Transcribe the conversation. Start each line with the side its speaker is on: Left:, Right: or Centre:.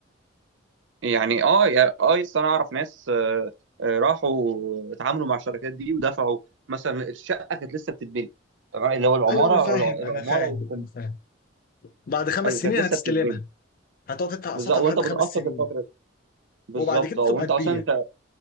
Right: يعني اه يا- اه لسه انا اعرف ناس آه، آه، راحوا اتعاملوا مع الشركات دي ودفعوا مثلا الشقه كانت لسه بتتبني تمام اللي هو العماره
Left: ايوه انا فاهم
Right: الع- العماره
Left: انا فاهم
Right: والكم
Left: انا فاهم بعد خمس
Right: ايوه كانت
Left: سنين
Right: لسه
Left: هتستلمها
Right: بتتبني
Left: هتقعد تدفع اقساطها
Right: بالظبط وانت
Left: لحد
Right: بتقسط
Left: خمس سنين
Right: الفتره دي بالظبط
Left: وبعد كده
Right: اه
Left: تبقى
Right: وانت
Left: تبيع
Right: اصلا